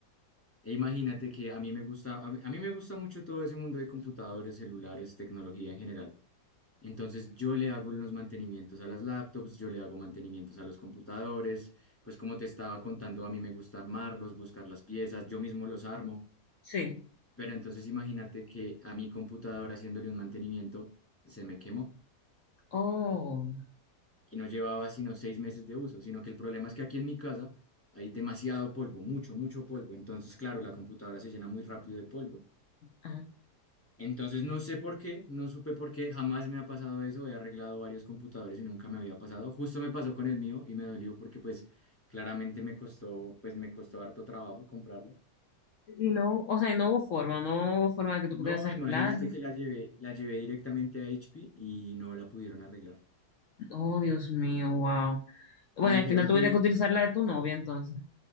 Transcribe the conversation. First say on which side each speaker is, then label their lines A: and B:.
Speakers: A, on the left (about 20°); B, on the left (about 65°).
A: E imagínate que a mí me gusta, a mí, a mí me gusta mucho todo ese mundo de computadores, celulares, tecnología en general. Entonces yo le hago los mantenimientos a las laptops, yo le hago mantenimientos a los computadores, pues como te estaba contando, a mí me gusta armarlos, buscar las piezas, yo mismo los armo.
B: sí.
A: Pero entonces imagínate que a mi computador haciéndole un mantenimiento se me quemó.
B: Oh,
A: y no llevaba sino seis meses de uso, sino que el problema es que aquí en mi casa hay demasiado polvo, mucho, mucho polvo. Entonces, claro, la computadora se llena muy rápido de polvo.
B: ajá.
A: Entonces, no sé por qué, no supe por qué, jamás me ha pasado eso. He arreglado varios computadores y nunca me había pasado. Justo me pasó con el mío y me dolió porque pues claramente me costó, pues me costó harto trabajo comprarlo.
B: Y no, o sea, y no hubo forma, no hubo forma de que tú pudieras
A: No,
B: arreglarlo.
A: imagínate que la llevé, la llevé directamente a HP y no la pudieron arreglar.
B: Oh, Dios mío, wow. Bueno,
A: Me dijeron
B: al final tuviste
A: que
B: que utilizar la de tu novia, entonces.